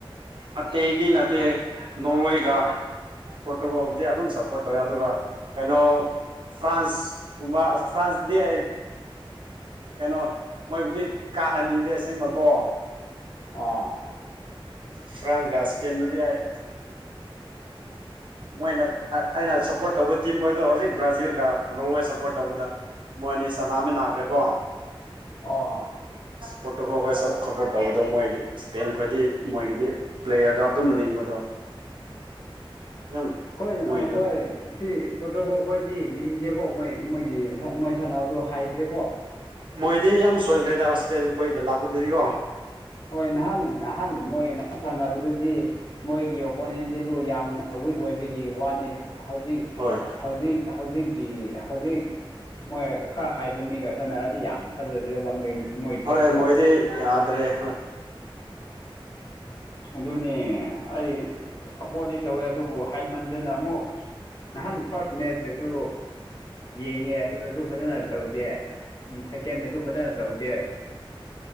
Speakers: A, on the right; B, on the left.
A: ꯑꯇꯩꯗꯤ ꯅꯠꯇꯦ ꯅꯣꯔꯣꯏꯒ ꯄꯣꯔꯇꯨꯒꯣꯜꯕꯨꯗꯤ ꯑꯗꯨꯝ ꯁꯞꯄꯣꯔꯠ ꯇꯧꯋꯦ ꯑꯗꯨꯒ ꯀꯩꯅꯣ ꯐ꯭ꯔꯥꯟꯁ ꯐ꯭ꯔꯥꯟꯁ ꯗꯦ ꯀꯩꯅꯣ ꯃꯣꯏꯕꯨꯗꯤ ꯀꯥꯍꯟꯅꯤꯡꯗꯦ ꯑꯁꯦꯡꯕꯀꯣ
B: ꯑꯥ
A: ꯐ꯭ꯔꯥꯟꯁꯒ ꯁꯄꯦꯟꯗꯗꯤ ꯑꯩ ꯃꯣꯏꯅ ꯑꯩꯅ ꯁꯞꯄꯣꯔꯠ ꯇꯧꯕ ꯇꯤꯝ ꯈꯣꯏꯗꯣ ꯍꯧꯖꯤꯛ ꯕ꯭ꯔꯥꯖꯤꯜꯒ ꯅꯣꯏꯋꯦ ꯁꯞꯄꯣꯔꯠ ꯇꯧꯕꯗ ꯃꯣꯏ ꯑꯅꯤ ꯁꯅꯥꯃꯤ ꯅꯥꯈ꯭ꯔꯦꯀꯣ ꯑ
B: ꯑꯥ
A: ꯄꯣꯔꯠꯇꯨꯀ ꯑꯩꯈꯣꯏ ꯁꯞꯄꯣꯔꯠ ꯇꯧꯕꯗꯣ ꯃꯣꯏꯒꯤ ꯏꯁꯄꯦꯟ ꯈꯣꯏꯗꯤ ꯃꯣꯏꯒꯤꯗꯤ ꯄ꯭ꯂꯦꯌꯔꯗꯣ ꯑꯗꯨꯝ ꯂꯤꯡꯕꯗꯣ ꯌꯥꯝ
B: ꯀꯣꯏ
A: ꯃꯣꯏꯗꯨ
B: ꯍꯣꯏ ꯁꯤ ꯄꯣꯔꯇꯨꯒꯜ ꯑꯩꯈꯣꯏꯗꯤ ꯂꯤꯡꯗꯦꯀꯣ ꯃꯣꯏ ꯃꯣꯏꯒꯤ ꯃꯣꯏ ꯁꯥꯟꯅꯕꯗꯣ ꯍꯥꯏꯗ꯭ꯔꯦꯀꯣ
A: ꯃꯣꯏꯗꯤ ꯌꯥꯝ ꯁꯣꯟꯈ꯭ꯔꯦꯗ ꯍꯁꯄꯦꯟ ꯈꯈꯣꯏꯗ ꯂꯥꯛꯄꯗꯨꯔꯤꯀꯣ
B: ꯍꯣꯏ ꯅꯍꯥꯟ ꯅꯍꯥꯟ ꯃꯣꯏ ꯅꯍꯥꯟ ꯁꯥꯟꯅꯕꯗꯨꯗꯤ ꯃꯣꯏꯒꯤ ꯑꯣꯄꯣꯅꯦꯟꯁꯤꯗꯨ ꯌꯥꯝꯅ ꯋꯤꯛ ꯑꯣꯏꯕꯒꯤ ꯋꯥꯅꯤ ꯍꯧꯖꯤꯛ
A: ꯍꯣꯏ
B: ꯍꯧꯖꯤꯛ ꯍꯧꯖꯤꯛꯀꯤ ꯍꯧꯖꯤꯛ ꯃꯣꯏ ꯈꯔ ꯍꯥꯏꯕ ꯃꯤꯒ ꯁꯥꯟꯅꯔꯗꯤ ꯌꯥꯝ ꯐꯖꯗ꯭ꯔꯦꯗ ꯃꯣꯏ ꯃꯣꯏ ꯄ꯭ꯂꯦꯁꯦ
A: ꯍꯣꯏ ꯃꯣꯏꯗꯤ ꯌꯥꯗ꯭ꯔꯦ ꯍꯣ
B: ꯑꯗꯨꯅꯦ ꯑꯩ ꯁꯞꯄꯣꯔꯤ ꯇꯧꯋꯦ ꯑꯗꯨꯕꯨ ꯍꯥꯏꯃꯟꯗꯅ ꯑꯃꯨꯛ ꯅꯍꯥꯟ ꯐꯥꯔꯁ ꯃꯦꯠꯁꯇꯁꯨ ꯌꯦꯡꯉꯦ ꯑꯗꯨꯗꯁꯨ ꯐꯖꯅ ꯇꯧꯗꯦ ꯎꯝ ꯁꯦꯀꯦꯟꯗꯁꯨ ꯐꯖꯅ ꯇꯧꯗꯦ